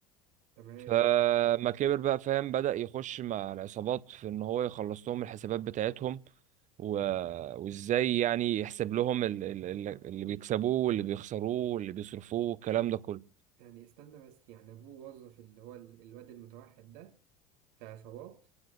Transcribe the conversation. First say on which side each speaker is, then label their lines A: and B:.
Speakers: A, on the right (about 65°); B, on the right (about 40°).
A: تمام
B: فما
A: معاك
B: كبر بقى فاهم بدأ يخش مع العصابات في ان هو يخلص لهم الحسابات بتاعتهم و... وازاي يعني يحسب لهم ال- ال- ال- اللي بيكسبوه واللي بيخسروه واللي بيصرفوه والكلام ده كله
A: يعني استنى بس يعني ابوه وظف اللي هو ال- الواد المتوحد ده في عصابات